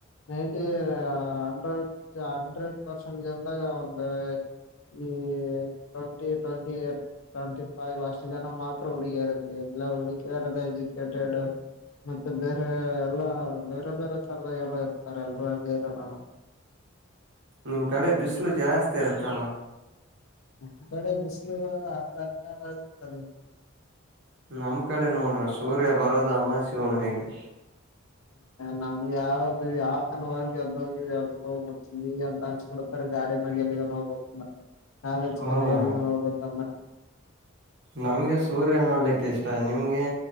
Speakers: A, on the left (about 75°); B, on the right (about 55°).
A: ನೈನ್ಟಿ ಹಂಡ್ರೆಡ್ ಹಂಡ್ರೆಡ್ ಪರ್ಸೆಂಟ್ ಗಂದಾಗ ಒಂದು. ಈ ಟ್ಂಟಿ ಟ್ವೆಂಟಿ ಏಟ್. ಟ್ವೆಟಿಫೈವ್ ವರ್ಷ ಜನ ಮಾತ್ರ ಉಳಾರ ಎಲ್ಲ ಉಳಲ್ಲ ಎಜುಕಡ್. ಮತ್ತೆ ಬೇರೆ ಎಲ್ಲ ಬೇರೆ ಬೇರೆ ತರದಾಗ ಎಲ್ಲ ಇರ್ತಾರೆ ಎಲ್ರುೂ ಹಗೆ ಇರಲ್ಲಲ್ಲ.
B: ನಿಮ್ ಕಡೆ ಬಿಸಿಲು ಜಾಸ್ತಿ ಇರುತ್ತಲ್ಲ.
A: ಒ ಕಡೆ ಬಿಸಿಲು ಅರ್ಧ ಅಡರ್ತಾರೆ.
B: ನಮ್ ಕಡೆ ನೋಡ್ರ ಸೂರ್ಯ ಬರೋದ ಅಮ್ಮ ಶಿವಣ ಹೇಗೆ.
A: ನಮ್ ಯಾವ ಯಾವ ತನವಗೆ ಅದೋಗಿ ಅದೋಗ ಅ ಅನ್ಬಡ. ಗಾಡಿನಾಗ ಎಲ್ಲಿಗೊಂಡ ಹೋಗ್ಬೇಕ ಅಂದ್ರ ಕಾಲೇಜ್ ಕನ
B: ಹೌದಾ
A: ಎಲ್ಲಿಗ ಹೋಗ್ಬೇಕಂದ್ರ.
B: ನಮ್ಗೆ ಸೂರ್ಯ ನೋಡ್ಲಿಕ್ಕೆ ಇಷ್ಟ ನಿಮ್ಗೆ